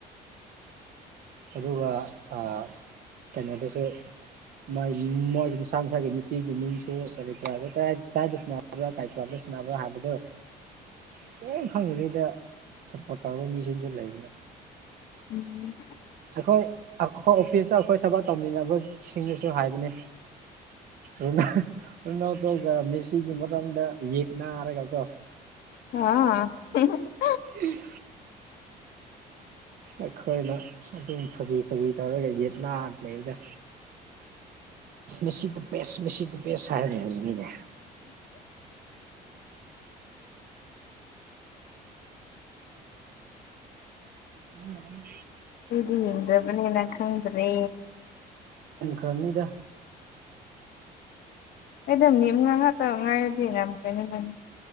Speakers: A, on the right; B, on the left.
A: ꯑꯗꯨꯒ ꯑꯥ ꯀꯩꯅꯣꯗꯁꯨ ꯃꯣꯏ ꯃꯣꯏ ꯃꯁꯥ ꯃꯁꯥꯒꯤ ꯅꯨꯄꯤꯒꯤ ꯃꯤꯡꯁꯨ ꯀꯔꯤ ꯀꯔꯁꯨ ꯀꯥ ꯀꯗꯥꯏꯗ ꯁꯅꯕ꯭ꯔꯥ ꯁꯅꯕ꯭ꯔꯥ ꯍꯥꯏꯕꯗꯣ ꯀꯦꯝ ꯈꯪꯗꯕꯤꯗ ꯁꯞꯄꯣꯔꯠ ꯇꯧꯔꯕ ꯃꯤꯁꯤꯡꯁꯨ ꯂꯩꯕꯅꯦ
B: ꯎꯝ
A: ꯍꯣꯏ ꯑꯩꯈꯣꯏ ꯑꯩꯈꯣꯏ ꯑꯣꯐꯤꯁꯇ ꯑꯩꯈꯣꯏ ꯊꯕꯛ ꯇꯧꯃꯤꯟꯅꯕꯁꯤꯡꯅꯁꯨ ꯍꯥꯏꯕꯅꯤ ꯔꯣꯅꯥꯜꯗꯣꯒ ꯃꯦꯁꯤꯒꯤ ꯃꯔꯝꯗ ꯌꯦꯛ ꯅꯥꯔꯒꯀꯣ
B: ꯍꯥ ꯍꯤꯍꯤꯍꯤ
A: ꯎꯝ ꯑꯩꯈꯣꯏꯅ ꯑꯗꯨꯝ ꯐꯥꯒꯤ ꯐꯥꯒꯤ ꯇꯧꯔꯒ ꯌꯦꯠꯅꯥ ꯂꯩꯕꯗꯣ ꯃꯦꯁꯤꯗ ꯕꯦꯁ ꯃꯤꯁꯤꯗ ꯕꯦꯁ ꯍꯥꯏꯔꯥ ꯂꯩꯍꯧꯕꯅꯤꯅꯦ ꯎꯝ
B: ꯈꯣꯏꯗꯤ ꯌꯦꯡꯗꯕꯅꯤꯅ ꯈꯪꯗ꯭ꯔꯦ
A: ꯐꯅꯤꯗ
B: ꯑꯩꯗꯣ ꯃꯦꯝ ꯉꯥꯛꯉꯛꯇ ꯉꯥꯏꯔꯗꯤꯅ ꯉꯝꯈ꯭ꯔꯅꯤ <unintelligible>